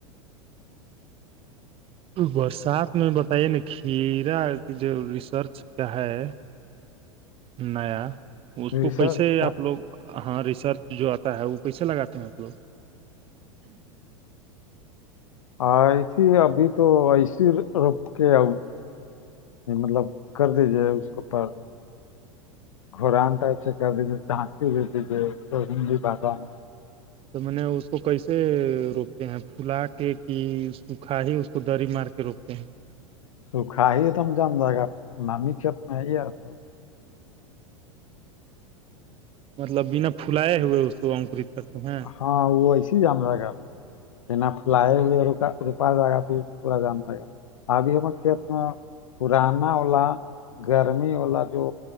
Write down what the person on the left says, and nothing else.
ریسرچ
کا
ایسیے ابھی تو ایسی روپ کے ا یہ مطلب کر دی جائے اس کے پ گورانٹ کر دیجے جھانتی بھی دیجیے سنی بازا میں
سوکھاہ ہی ایک دم جام جگا نامی کپ نہیں آ تو
ہاں وہ ایسے ہی جام رہ گا انا فل ہو روپا جائےگا پ پورا جام ل گا ابھی ہمر کھیت میں پورانا وا گرمی والا جو